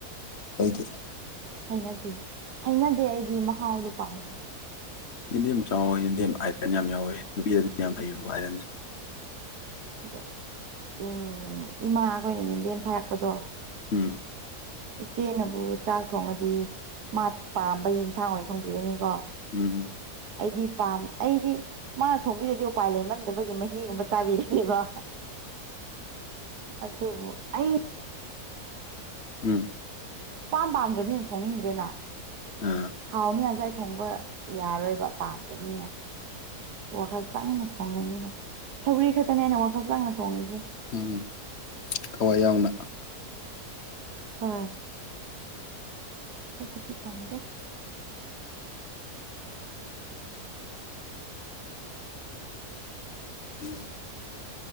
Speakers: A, on the left; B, on the right.
A: ꯑꯩꯒꯤ
B: ꯍꯩꯅꯗꯦ ꯍꯩꯅꯗꯦ ꯑꯩꯗꯤ ꯃꯍꯥꯎꯗꯣ ꯄꯥꯗꯦ
A: ꯌꯦꯤꯟꯗꯦꯝ ꯆꯥꯎꯋꯦ ꯌꯦꯟꯗꯦꯝ ꯑꯥꯏꯔꯟ ꯌꯥꯝ ꯌꯥꯎꯋꯦ ꯅꯨꯄꯤꯗꯗꯤ ꯌꯥꯝ ꯐꯩꯌꯦꯕꯀ ꯑꯥꯏꯔꯟꯁꯦ
B: ꯈꯪ ꯎ ꯏꯃꯥ ꯑꯩꯈꯣꯏꯅ ꯌꯦꯨꯝꯗꯦꯟꯊꯥꯔꯛꯄꯗꯣ
A: ꯎꯝ
B: ꯏꯆꯦꯅꯕꯨ ꯆꯥꯛ ꯊꯣꯡꯉꯗꯤ ꯃꯥ ꯄꯥꯝꯕꯒꯤ ꯌꯦꯟꯁꯥꯡ ꯑꯣꯏꯅ ꯊꯣꯡꯕꯤꯔꯅꯤꯀꯣ
A: ꯎꯝ
B: ꯑꯩꯗꯤ ꯄꯥꯝꯅ ꯑꯩꯗꯤ ꯃꯥꯅ ꯊꯣꯡꯝꯕꯤꯔꯗꯤ ꯎꯄꯥꯏ ꯂꯩꯃꯟꯗꯕꯒꯤ ꯃꯍꯤꯒꯨꯝꯕ ꯆꯥꯕꯤꯔꯦ ꯕ ꯑꯗꯨꯕꯨ ꯑꯩ
A: ꯎꯝ
B: ꯁꯨꯄꯥꯝ ꯄꯥꯝꯗ꯭ꯔꯕꯅꯤꯅ ꯊꯣꯡꯅꯤꯡꯗ꯭ꯔꯦꯅ
A: ꯑꯥ
B: ꯍꯥꯎꯅꯤ ꯍꯥꯏꯁꯨ ꯊꯣꯡꯕ ꯌꯥꯔꯣꯏꯕ ꯄꯥꯝꯗꯕꯅꯤꯅ ꯋꯥꯈꯜ ꯆꯪꯅ ꯊ ꯊꯣꯡꯒꯅꯤꯅ ꯁꯧꯔꯤ ꯈꯛꯇꯅꯦ ꯑꯩꯅ ꯋꯥꯈꯜ ꯆꯥꯡꯅ ꯊꯣꯡꯉꯏꯁꯦ
A: ꯎꯝ ꯊꯋꯥꯏ ꯌꯥꯎꯅ
B: ꯍ ꯇꯕꯨꯗꯤ ꯄꯝꯒꯦ
A: ꯎꯝ